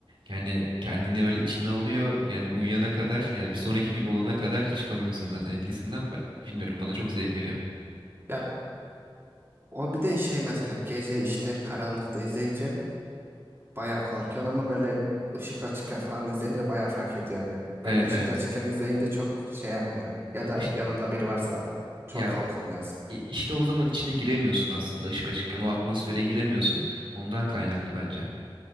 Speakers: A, on the right; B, on the right.
A: Yani kendini böyle içine alıyor yani uyuyana kadar yani bir sonraki gün olana kadar çıkamıyorsun zaten etkisinden. Ben, bilmiyorum bana çok zevk veriyor.
B: Ya O bir de şey mesela gece işte karanlıkta izleyince bayağı korkuyorsun ama böyle ışık açıkken falan izleyince bayağı fark ediyor yani.
A: Evet
B: Ben ışık
A: evet.
B: açıkken izleyince çok şey yapmıyor. Ya
A: E,
B: da
A: iş-
B: yanımda biri varsa çok
A: Ya
B: korkutmuyor
A: o-
B: aslında.
A: i- işte o zaman içine giremiyorsun aslında ışık açıkken o atmosfere giremiyorsun. Ondan kaynaklı bence.